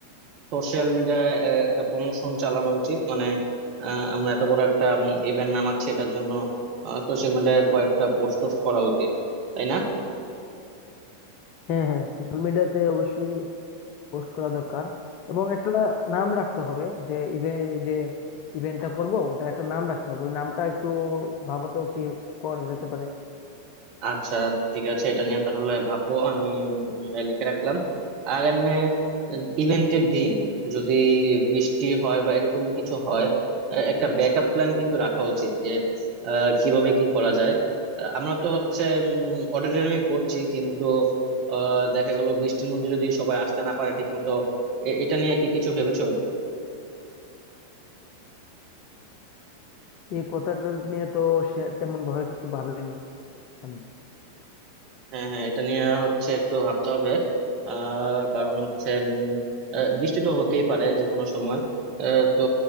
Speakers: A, on the right; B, on the left.
A: সোশ্যাল মিডিয়ায় একটা প্রমোশন চালানো উচিত মানে আহ, আমরা এত বড় একটা ইভেন্ট নামাচ্ছি এটার জন্য সোশ্যাল মিডিয়ায় কয়েকটা পোস্ট টোস্ট করা উচিত তাই না
B: হ্যাঁ হ্যাঁ সোশ্যাল মিডিয়াতে অবশ্যই পোস্ট করা দরকার এবং একটা নাম রাখতে হবে যে ইভে যে ইভেন্টটা করব ওটার একটা নাম রাখতে হবে ওই নামটা একটু ভাবো তো কি করা যেতে পারে
A: আচ্ছা ঠিক আছে এটা নিয়ে তাহলে ভাববো আমি উম, লিখে রাখলাম আর এমনি ইভেন্টের দিন যদি বৃষ্টি হয় বা এরকম কিছু হয় আহ, একটা ব্যাকআপ প্ল্যান কিন্তু রাখা উচিত যে আহ, কিভাবে কি করা যায় আহ, আমরা তো হচ্ছে অডিটোরিয়ামে করছি কিন্তু আহ, দেখা গেল বৃষ্টির মধ্যে যদি সবাই আসতে না পারে ঠিক মতো এটা নিয়ে কি কিছু ভেবেছো
B: এই কথাটা নিয়ে তো সে তেমন ভাবে কিছু ভাবিনি আমি
A: হ্যাঁ হ্যাঁ এটা নিয়ে হচ্ছে একটু ভাবতে হবে আহ কারণ হচ্ছে উম, আহ, বৃষ্টি তো হতেই পারে যে কোনো সময় আহ, তো